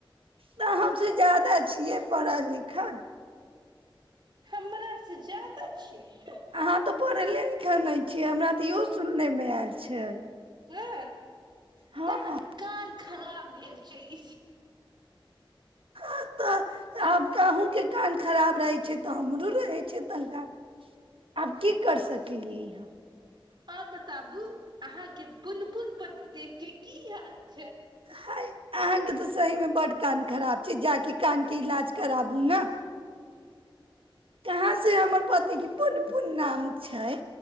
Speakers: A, on the right; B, on the right.
A: त हमसे ज्यादा छियै पढ़ल लिखल
B: हमरासँ ज्यादा छियै हँ
A: अहाँ तऽ पढ़ैले लिखल नहि छियै हमरा तऽ इहो सुननेमे आयल छै
B: हँ
A: हँ
B: तऽ अहाँके कान खराब भेल छै इ-
A: अं आब अन्हु के कान खराब रहे छै तऽ हमरो रहै छै तनका आब की कर सकलियै
B: आओर बताबू अहाँके पुनपुनपति देखी की हाल छै
A: हय अहाँके तऽ सही मे बड्ड कान खराब छै जाके कान के इलाज कराबू न कहाँ से हमर पति के पुन पुन नाम छै